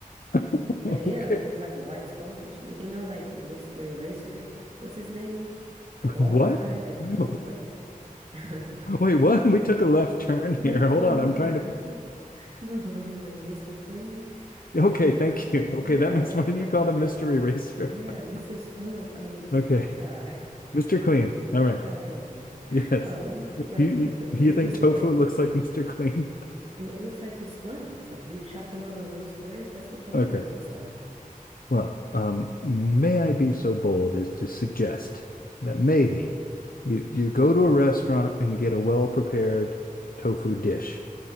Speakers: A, on the left; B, on the right.
A: <laughs>
B: Like, yeah,
A: Okay.
B: like it's like a white sponge. You, you know, like Mr. Eraser, what's his name? The bald
A: what?
B: guy that
A: <laughs>
B: cleaned, like, <laughs> no,
A: Wait, what? <laughs> We took a left turn
B: no,
A: here. Hold
B: wait,
A: on,
B: no.
A: I'm trying
B: <laughs>
A: to.
B: No, I mean, like Mr. Clean. Like,
A: Okay,
B: he,
A: thank you. Okay,
B: yeah,
A: that makes
B: like,
A: what do
B: like,
A: you call
B: like,
A: a
B: like,
A: mystery racer.
B: yeah,
A: <laughs>
B: Mr. Sponge. I mean,
A: Okay,
B: <laughs> God,
A: Mr. Clean. All right.
B: God help me.
A: Yes.
B: Um, like,
A: You you
B: th th-
A: you
B: it
A: think
B: just
A: tofu
B: looked like.
A: looks like Mr. Clean?
B: and it looks like his sponges. Like if you chop them up in little squares, that's what tofu
A: <laughs> Okay.
B: looks like.
A: Well, um, may I be so bold as to suggest that maybe you you go to a restaurant and get a well prepared tofu dish.